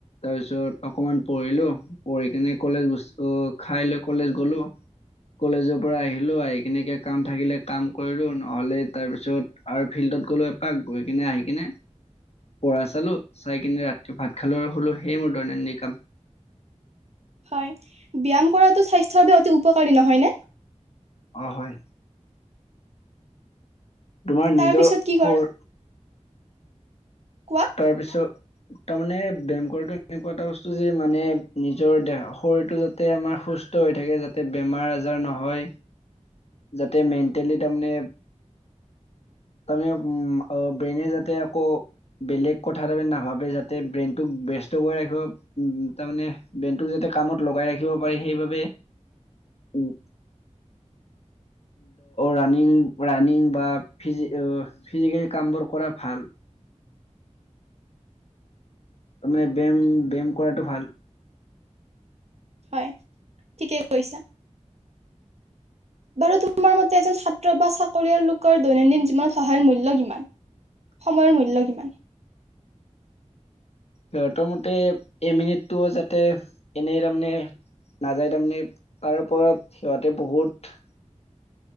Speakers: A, on the left (about 55°); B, on the right (about 60°).
A: তাৰপিছত অকমান পঢ়িলো পঢ়ি কিনে কলেজ গু খাই লৈ। কলেজ গলো কলেজৰ পৰা আহিলো আহি কিনে ক কাম থাকিলে কাম কৰিলো নহলে তাৰপিছত আৰু ফিল্ডত গলো এপাক গৈ কিনে আহি কিনে। পঢ়া চালো চাই কিনে ৰাতি ভাত খালো হ'লো সেই মোৰ দৈনন্দিন কাম।
B: হয় ব্যায়াম কৰাটো স্বাস্থ্যৰ বাবে অতি উপকাৰী নহয় ন।
A: অ হয় তোমাৰ
B: তাৰ
A: নিজৰ
B: পিছত কি কৰা?
A: হৰ।
B: কোৱা।
A: তাৰপিছত? তাৰমানে ব্যয়ায়াম কৰাটোএনেকুৱা এটা বস্তু যে মানে নিজৰ দেহ শৰীৰটো যাতে আমাৰ সুস্থ হৈ থাকে যাতে বেমাৰ আজাৰ নহয় <unintelligible> যাতে মেণ্টেলি তাৰমানে, তাৰমানে ব্ৰেইনে যাতে আকৌ বেলেগ কথা তাৰ নাভাবে যাতে ব্ৰেইনটোক বস কৰি ৰাখিব তাৰে ব্ৰেইনটোক যাতে কামত লগাই ৰাখিব পাৰে সেইবাবে উ। ৰাণং ৰাণিং বা, ফিজি ফিজিকেলি কামবোৰ কৰা ভাল। তাৰমানে ব ব্যায়াম ব্যায়াম কৰাটো ভাল
B: হয় ঠিকেই কৈছা, বাৰু তোমাৰ মতে এজন ছাত্ৰ বা চাকৰিয়াল লোকৰ দৈনন্দিন জীৱনত সহায়ৰ মূল্য কিমান সময়ৰ মূল্যয় কিমান?
A: সিহঁতৰ মতে এ মিনিটটোও যাতে, এনেই তাৰমানে নাযায় তাৰমানে তাৰ ওপৰত সিহঁতে বহুত।